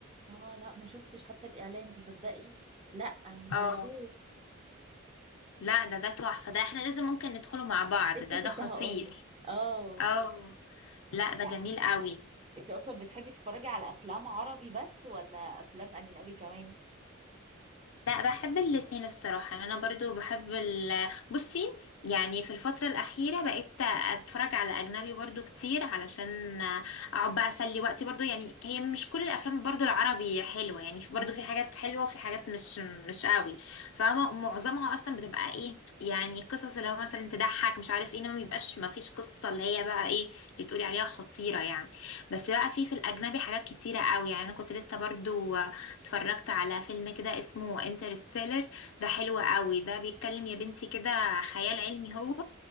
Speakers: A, on the right; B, on the left.
A: اه لا ما شفتش حتى الاعلان تصدقي لا هشوف
B: اه لا ده ده تحفه ده احنا لازم ممكن ندخله مع بعض
A: لسه
B: ده ده
A: كنت
B: خطير
A: هقول اه
B: اه لا ده
A: لا
B: جميل قوي
A: انت اصلا بتحبي تتفرجي على افلام عربي بس ولا افلام اجنبي كمان
B: لا بحب الاتنين الصراحة يعني أنا برضو بحب ال بصي يعني في الفترة الأخيرة بقيت أتفرج على أجنبي برضو كتير علشان أقعد بقى أسلي وقتي برضو يعني هي مش كل الأفلام برضو العربي حلوة يعني في- برضو
A: مم.
B: في حاجات حلوة وفي حاجات مش مش قوي فمعظمها أصلا بتبقى إيه يعني قصص اللي هو مثلا تضحك مش عارف إيه إنما مبيبقاش مفيش قصة اللي هي بقى إيه اللي تقولي عليها خطيرة يعني بس بقى في في الأجنبي حاجات كتيرة قوي يعني أنا كنت لسه برضو اتفرجت على فيلم كده اسمه انترستيلر ده حلو قوي ده بيتكلم يا بنتي كده خيال علمي هو